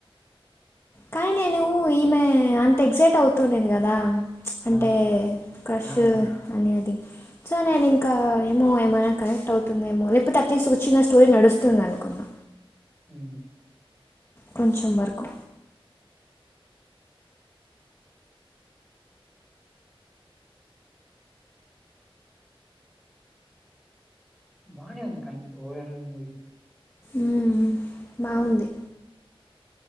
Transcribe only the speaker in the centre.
ఆ!
ఆ! ఆ!
హ్ము
బాగనే ఉంది కానీ ఓవరాల్ మూవీ.